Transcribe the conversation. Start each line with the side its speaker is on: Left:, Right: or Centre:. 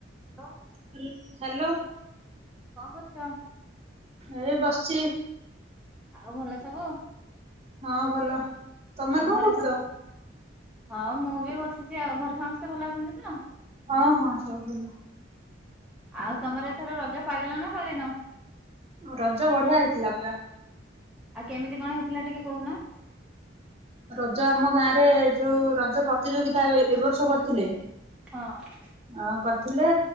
Centre: Hello.
Right: ହିଲ୍ hello.
Centre: କଣ କରୁଛ।
Right: ଏଇ ବସିଛି।
Centre: ଆଉ ଭଲ ସବୁ।
Right: ହଁ ଭଲ ତମେ
Centre: ଆଉ
Right: କଣ
Centre: ଘରେ
Right: କରୁଛ।
Centre: ସ ହଁ ମୁଁ ବି ବସିଛି ଆଉ ଘରେ ସମସ୍ତେ ଭଲ ଅଛନ୍ତି ତ।
Right: ହଁ ହଁ ସବୁ ଭଲ।
Centre: ଆଉ ତମର ଏଥର ରଜ ପାଳିଲ ନା ପାଳିନ।
Right: ରଜ ବଢିଆ ହେଇଥିଲା ପୁରା।
Centre: ଆଉ କେମିତି କଣ ହେଇଥିଲା ଟିକେ କହୁନ।
Right: ରଜ ଆମ ଗାଁରେ ଯୋଉ ରଜ ପ୍ରତିଯୋଗିତା ଏ ଏ ବର୍ଷ କରିଥିଲେ।
Centre: ହଁ।
Right: ଆ କରିଥିଲେ